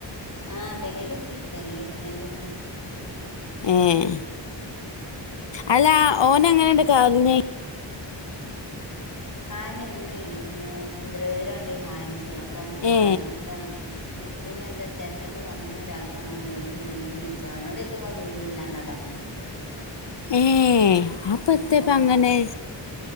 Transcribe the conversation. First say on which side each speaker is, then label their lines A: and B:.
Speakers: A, on the left; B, on the left.
A: ആഹ പെരേലെത്തി പെരേലെത്തിആണ്ട് ഇര്ന്.
B: ഏഹ അല്ല ഓന അങ്ങനെണ്ട് കാലിന്.
A: കാല്ന് ഇന്ന് പിന്നെ സുന്ദരവൈദരെ കൊണ്ടോയി കാണിച്ച ഞാൻ.. ഇപ്പൊ കാലിനന്താ
B: ഏ
A: മുട്ടിനെന്താ ചെരടക്ക് കൊറഞ്ഞഞ്ളക്കം കുടുങ്ങിവിടടെയും വീണീന വെച്ചോ അവനോട വെച്ച വീണിയില്ലാന്നാ പറഞ്ഞത്.
B: ഏഹ അപ്പൊത്തെപ്പ
A: അപ്പൊ
B: അങ്ങനെ.